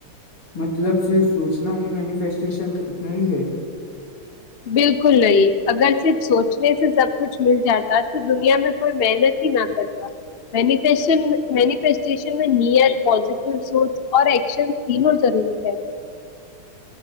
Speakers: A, on the left; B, on the left.
A: مطلب صرف سوچنا ہی مینیفیسٹیشن نہیں ہے
B: بالکل نہیں اگر صرف سوچنے سے سب کچھ مل جاتا تو دنیا میں کوئی محنت ہی نہ کرتا مینف مینیفیسٹیشن میں نیت پزیٹو سوچ اور ایکشن تینوں ضروری ہے